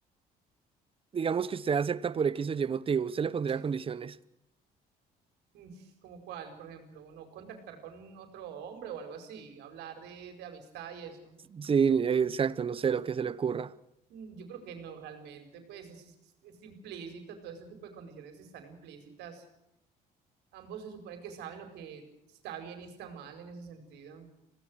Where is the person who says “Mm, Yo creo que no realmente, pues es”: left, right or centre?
Right